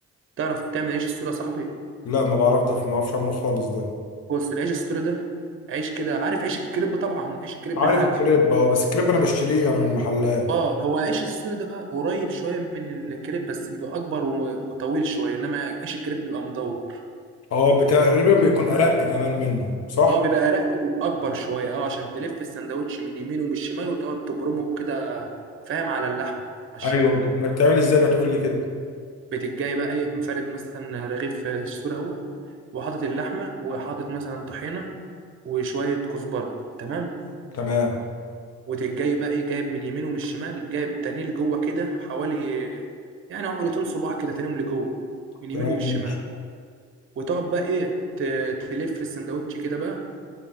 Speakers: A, on the right; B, on the left.
A: تعرف تعمل عيش السوري يا صاحبي
B: لا ما بعرف ده ما بعرفش اعمله خالص ده
A: بص العيش السوري ده عيش كده عارف عيش الكريب طبعا عيش الكريب
B: عارف
A: العادي
B: الكريب اه بس الكريب انا بشتريه انا من المحلات
A: اه هو عيش السوري ده بقى قريب شويه من الكريب بس بيبقى اكبر و- وطويل شويه انما عيش الكريب بيبقى مدور
B: اه تقريبا بيكون ارق كمان منه صح
A: اه بيبقى رق واكبر شويه اه عشان تلف السندوتش من يمين ومن الشمال وتقعد تبرمه كده فاهم على اللحمه على الشاورما
B: ايوه طب ما بتعمل ازاي ما تقول لي كده
A: بتجي بقى ايه مفرد مثلا رغيف السوري اهوت وحاطط اللحمه وحاطط مثلا طحينه وشويه كزبره تمام
B: تمام
A: وتجي جاي بقى ايه جايب من اليمين ومن الشمال جايب تاني لجوه كده حوالي يعني عقلتين صباع كده تانيهم لجوه من اليمين
B: تمام
A: ومن الشمال
B: ماشي
A: وتقعد بقى ايه ت- تلف السندوتش كده بقى